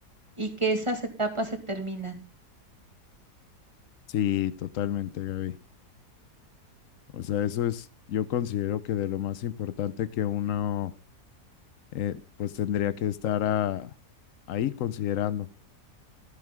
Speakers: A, on the right; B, on the left.
A: y que esas etapas se terminan.
B: Sí, totalmente, Gaby. O sea, eso es, yo considero que de lo más importante que uno, eh, pues tendría que estar a- ahí considerando.